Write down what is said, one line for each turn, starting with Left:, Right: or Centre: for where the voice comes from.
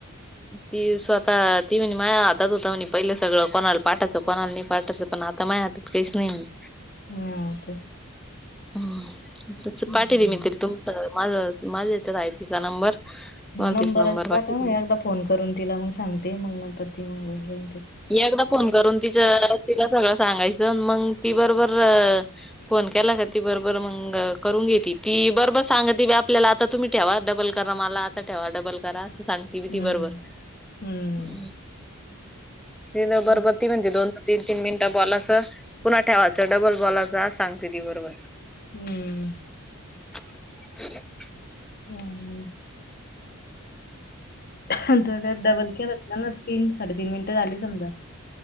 Centre: ती स्वतः ती म्ह माया हातात होता म्हणे पहिलं सगळं कोणाला पाठायचं कोणाला नाही पाठायचं पण आता माय हात- - तेच नाही म्हनी
Left: ह ह
Centre: ह
Left: हम्म
Centre: पाठी दे मी त तुमचं माझ माझ्या येचत आहे तिचा नंबर. तुम्हाला
Left: ह नंबरच
Centre: तीच नंबर पाठीले
Left: पाठव मी एकदा फोन करून तिला मग सांगते मग नंतर ती मग घ
Centre: ही एकदा फोन करून तिच तिला सगळं सांगायचं मग ती बरोबर फोन केला ख त बरोबर मंग करून घेते ती बरोबर सांग ती आपल्याला आता तुम्ही ठेवा डबल करा मला आता ठेवा डबल करा असं सांग तती
Left: हम्म
Centre: बरबर
Left: हम्म
Centre: त बरोबर
Left: हम्म
Centre: ती म्हणते दोन तीन तीन मीनट बोला स पुन्हा ठेवायचं डबल बोलाचं सांगते ती बरोबर
Left: हम्म
Centre: <unintelligible>
Left: हम्म काय डबल केलं ना तीन साडेतीन मिनिटं झाली समजा